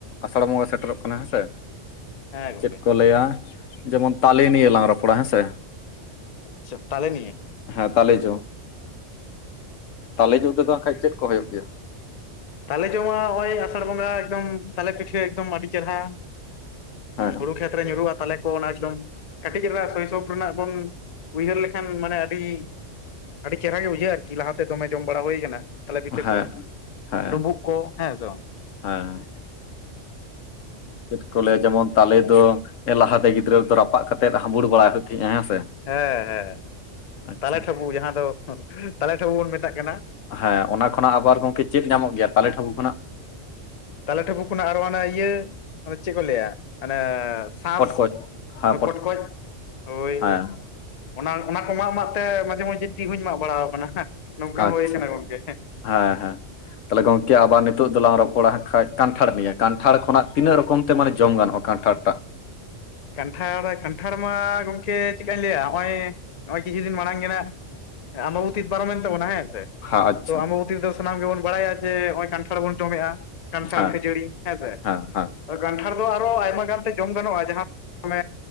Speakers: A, on the left (about 85°); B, on the left (about 45°).
A: ᱟᱥᱟᱲ ᱵᱚᱸᱜᱟ ᱥᱮᱴᱮᱨᱚᱜ ᱠᱟᱱᱟ ᱦᱮᱸ ᱥᱮ
B: ᱦᱮᱸ ᱜᱚᱝᱠᱮ
A: ᱪᱮᱫ ᱠᱚ ᱞᱟᱹᱭᱟ ᱡᱮᱢᱚᱱ ᱛᱟᱞᱮ ᱱᱤᱭᱮ ᱞᱟᱝ ᱨᱚᱯᱚᱲᱟ ᱦᱮᱸ ᱥᱮ᱾
B: ᱟᱪᱪᱷᱟ ᱛᱟᱦᱟᱞᱮ ᱱᱤᱭᱮ᱾
A: ᱦᱮᱸ ᱛᱟᱞᱮ ᱡᱚ᱾ ᱛᱟᱞᱮ ᱡᱚ ᱛᱮᱫᱚ ᱠᱷᱟᱡ ᱪᱮᱫ ᱠᱚ ᱦᱩᱭᱩᱜ ᱜᱮᱭᱟ?
B: ᱛᱟᱞᱮ ᱡᱚᱢᱟ ᱱᱚᱜᱼᱚᱭ ᱟᱥᱟᱲ ᱵᱚᱸᱜᱟ ᱮᱠᱫᱚᱢ ᱛᱟᱞᱮ ᱯᱤᱴᱷᱟᱹ ᱮᱠᱫᱚᱢ ᱟᱹᱰᱤ ᱪᱮᱨᱦᱟ᱾
A: ᱦᱮᱸ
B: ᱦᱩᱲᱩ ᱠᱷᱮᱛᱨᱮ ᱧᱩᱨᱦᱩᱜᱼᱟ ᱛᱟᱞᱮ ᱠᱚ ᱮᱠᱫᱚᱢ ᱠᱟᱹᱴᱤᱡ ᱨᱮᱱᱟᱜ <unintelligible> ᱨᱮᱱᱟᱜ ᱵᱚᱱ ᱩᱭᱦᱟᱹᱨ ᱞᱮᱠᱷᱟᱱ ᱢᱟᱱᱮ ᱟᱹᱰᱤ ᱟᱹᱰᱤ ᱪᱮᱦᱨᱟ ᱜᱮ ᱵᱩᱡᱷᱟᱹᱜᱼᱟ ᱟᱨᱠᱤ᱾ ᱞᱟᱦᱟᱛᱮ ᱫᱚᱢᱮ ᱡᱚᱢ ᱵᱟᱲᱟ ᱦᱩᱭ ᱠᱟᱱᱟ ᱛᱟᱞᱮ ᱯᱤᱴᱟᱹ
A: ᱦᱮᱸ
B: ᱠᱚ
A: ᱦᱮᱸ
B: ᱰᱩᱵᱩᱜ ᱠᱚ ᱦᱮᱸ ᱥᱮ
A: ᱦᱮᱸ ᱪᱮᱫ ᱠᱚ ᱞᱟᱹᱭᱟ ᱡᱮᱢᱚᱱ ᱛᱟᱞᱮ ᱫᱚ ᱞᱟᱦᱟᱛᱮ ᱜᱤᱫᱽᱨᱟᱹ ᱫᱚ ᱨᱟᱯᱟᱜ ᱠᱟ ᱠᱟᱛᱮᱫ ᱦᱟᱸᱵᱩᱲ ᱵᱟᱲᱟᱭ ᱦᱩᱭᱩᱜ ᱛᱟᱦᱮᱸᱜᱼᱟ ᱦᱮᱸ ᱥᱮ᱾
B: ᱦᱮᱸ ᱦᱮᱸ
A: ᱟᱪᱪᱷᱟ
B: ᱛᱟᱞᱮ ᱴᱷᱟᱹᱵᱩ ᱡᱟᱦᱟᱸ ᱫᱚ ᱛᱟᱞᱮ ᱴᱷᱟᱹᱵᱩ ᱵᱚᱱ ᱢᱮᱛᱟᱜ ᱠᱟᱱᱟ᱾
A: ᱦᱮᱸ ᱚᱱᱟ ᱠᱷᱚᱱᱟᱜ ᱟᱵᱟᱨ ᱜᱚᱝᱠᱮ ᱪᱮᱫ ᱧᱟᱢᱚᱜ ᱜᱮᱭᱟ ᱛᱟᱞᱮ ᱴᱷᱟᱵᱩ ᱠᱷᱚᱱᱟᱜ?
B: ᱛᱟᱞᱮ ᱴᱷᱟᱵᱩ ᱠᱷᱚᱱᱟᱜ ᱟᱨᱚ ᱚᱱᱮ ᱤᱭᱟᱹ ᱪᱮᱫ ᱠᱚ ᱞᱟᱹᱭᱟ ᱚᱱᱮ ᱥᱟᱥ
A: ᱯᱚᱴᱠᱚᱡ ᱦᱮᱸ
B: ᱯᱚᱴᱠᱚᱡ ᱦᱳᱭ
A: ᱦᱮᱸ
B: ᱚᱱᱟ ᱚᱱᱟ ᱠᱚᱢᱟ ᱟᱢᱟᱜ ᱛᱮ ᱢᱟᱡᱷᱮ ᱢᱟᱡᱮ ᱛᱤ ᱦᱚᱸᱧ ᱢᱟᱜ ᱵᱟᱲᱟᱟᱣ ᱠᱟᱱᱟ ᱱᱚᱝᱠᱟ
A: ᱟᱪᱪᱷᱟ
B: ᱦᱩᱭ ᱠᱟᱱᱟ ᱜᱚᱝᱠᱮ᱾
A: ᱦᱮᱸ ᱦᱮᱸ ᱛᱟᱦᱚᱞᱮ ᱜᱚᱝᱠᱮ ᱟᱵᱟᱨ ᱱᱤᱛᱚᱜ ᱫᱚᱞᱟᱝ ᱨᱚᱯᱚᱲᱟ ᱠᱷᱟᱱᱡ ᱠᱟᱱᱴᱷᱟᱲ ᱱᱤᱭᱟᱹ ᱠᱟᱱᱴᱷᱟᱲ ᱠᱷᱚ ᱛᱤᱱᱟᱹᱜ ᱨᱚᱠᱚᱢ ᱛᱮ ᱢᱟᱱᱮ ᱡᱚᱢ ᱜᱟᱱᱚᱜᱼᱟ᱾ ᱠᱟᱱᱴᱷᱟᱲ ᱢᱟᱜ,
B: ᱠᱟᱱᱴᱷᱟᱲ ᱠᱟᱱᱴᱷᱟᱲ ᱢᱟ ᱜᱚᱝᱠᱮ ᱪᱮᱫᱠᱟᱧ ᱞᱟᱹᱭᱟ ᱱᱚᱜᱼᱚᱭ ᱱᱚᱜᱼᱚᱭ ᱠᱤᱪᱷᱩ ᱫᱤᱱ ᱢᱟᱲᱟᱝ ᱜᱮ ᱱᱟᱜ ᱚᱢᱵᱚᱵᱚᱛᱤ ᱯᱟᱨᱚᱢ ᱮᱱᱱᱛᱟᱵᱚᱱᱟ ᱦᱮᱸ ᱥᱮ?
A: ᱦᱮᱸ ᱟᱪᱪᱷᱟ
B: ᱛᱚ ᱚᱢᱵᱚᱵᱚᱛᱤ ᱨᱮ ᱥᱟᱱᱟᱢ ᱜᱮᱵᱚᱱ ᱵᱟᱲᱟᱭᱟ ᱡᱮ ᱱᱚᱜᱼᱚᱭ ᱠᱟᱱᱴᱷᱟᱲ ᱵᱚᱱ ᱡᱚᱢᱮᱜᱼᱟ᱾ ᱠᱟᱱᱴᱷᱟᱲ
A: ᱦᱮᱸ
B: ᱠᱷᱟᱹᱡᱟᱹᱲᱤ ᱦᱮᱸᱥᱮ
A: ᱦᱮᱸ ᱦᱮᱸ
B: ᱠᱟᱱᱴᱷᱟᱲ ᱫᱚ ᱟᱨᱚ ᱟᱭᱢᱟ ᱜᱟᱱᱛᱮ ᱡᱚᱢ ᱜᱟᱱᱚᱜᱼᱟ ᱡᱟᱦᱟᱸ ᱮ